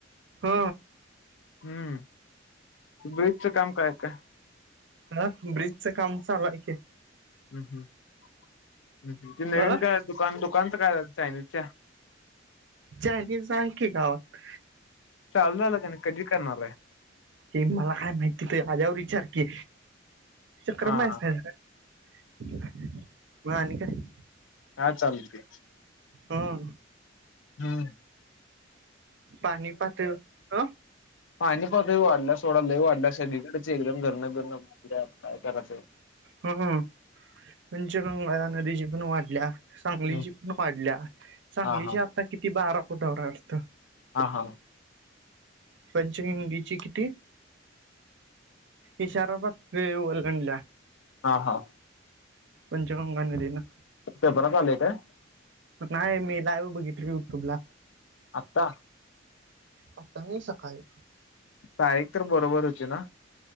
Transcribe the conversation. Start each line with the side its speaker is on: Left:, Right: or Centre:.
Right: ह
Left: हम्म, ब्रीजचं काम काय काय?
Right: हं, ब्रिजचं काम चालू हाय की
Left: हम् हम्म ते नवीन
Right: अ
Left: काय दुकान दुकानचं काय झालं चायनीजच्या?
Right: चायनिज आहे की गावात
Left: चालू झालं का नाही कधी करणार आहे
Right: हे मला काय माहिती त वर विचार की? चक्रम
Left: हा
Right: हायस
Left: हा
Right: काय मग आणि काय
Left: काय चालते.
Right: हम.
Left: हम.
Right: पाणी पाहतोय ओ
Left: पाणी पातळी वाढल्या सोडा लई वाढल्या सगळीकडच एकदम घरणं बिरण भरल्यात काय करायचं.
Right: हम्म हम् पंचगंगा नदीची पण वाढल्या. सांगलीची
Left: हम्म.
Right: पण वाढल्या सांगलीची
Left: हा हा
Right: आता किती बारा फुटावर हाय वाटत.
Left: हा हा.
Right: पंचगंगीची किती? इशारा पातळी वलंडल्या.
Left: हा हा.
Right: पंचगंगा नदीन
Left: पेपरात आलेय काय?
Right: नाही मी लाईव्ह बघितली युट्यूब ला.
Left: आत्ता?
Right: आता नाही सकाळी
Left: तारीख तर बरोबर होती ना.